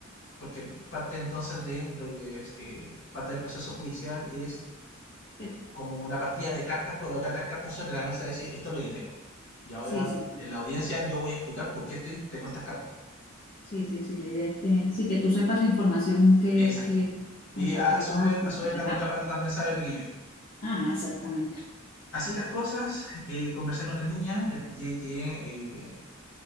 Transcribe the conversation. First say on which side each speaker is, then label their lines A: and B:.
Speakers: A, on the left; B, on the left.
A: porque parte entonces de lo que es, eh, parte del proceso judicial es
B: que-
A: como una partida de cartas, colocar las cartas sobre la mesa y decir esto es lo que tengo. Y ahora
B: sí, sí, sí.
A: en la audiencia yo voy a explicar por qué estoy, tengo estas cartas.
B: Sí, sí, sí, la idea es que sí que tú sepas la información que,
A: Exacto.
B: que
A: Y
B: contra
A: a
B: qué
A: su,
B: vas
A: vez,
B: a contraatacar.
A: la contraparte también sabe lo que yo llevo.
B: Ajá, exactamente.
A: Así las cosas, eh, conversé con la niña, le expliqué que eh,